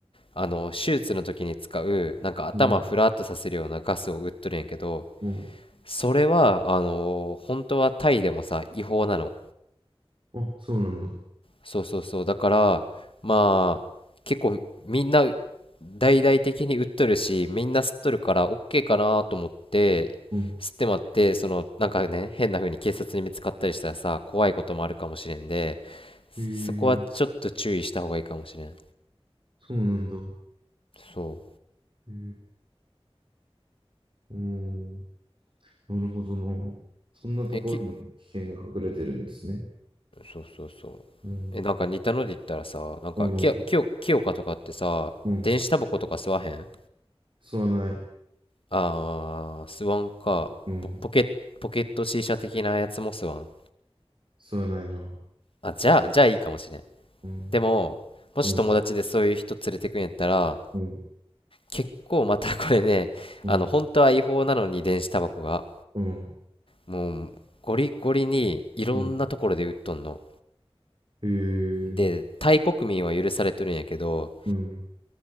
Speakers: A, on the left (about 60°); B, on the right (about 55°).
A: あの手術の時に使うなんか頭フラッとさせるようなガスを売っとるんやけど
B: うん、うん。
A: それはあの本当はタイでもさ違法なの
B: あ、そうなんだ。
A: そうそうそうだからまあ結構みんな大々的に売っとるしみんな吸っとるから OK かなと思って吸ってまってそのなんかね変な風に警察に見つかったりしたらさ怖いこともあるかもしれんで
B: うん。へえ、
A: そこはちょっと注意した方がいいかもしれん
B: そうなんだ。
A: そ
B: へえ、うん。なるほどな。そんなところに危険が隠れてるんですね。
A: うえきそうそうそうえなんか似たので言ったらさなんかきよきよきよかとかってさ電子タバコとか吸わへん
B: うん、うん、うん。吸わない。
A: あー、スワンか。
B: うん、
A: ポ、ポケ、ポケット C 社的なやつもスワン。
B: 吸わないな。
A: あ、じゃあ、じゃあいいかもしれん。
B: うん、
A: でも、もし友達でそういう人連れてくんやったら、
B: うん、うん、
A: 結構またこれね、<laughs>
B: うん、
A: あの、本当は違法なのに電子タバコが、
B: うん、
A: もう、ゴリゴリにいろんなところで売っとんの。
B: うん。へえ、
A: で、タイ国民は許されとるんやけど、
B: うん、